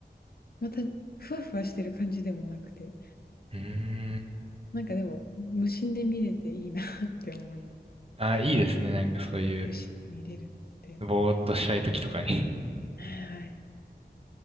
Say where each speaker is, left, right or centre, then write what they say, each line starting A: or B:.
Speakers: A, on the left; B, on the right.
A: またふわふわしてる感じでもなくて、
B: うーん。
A: なんかでも、無心で見れていいなって思います。
B: あ、いいですね。なんかそういう、
A: 無視で見れるので。
B: ぼーっとしたい時とかに。
A: はいはい。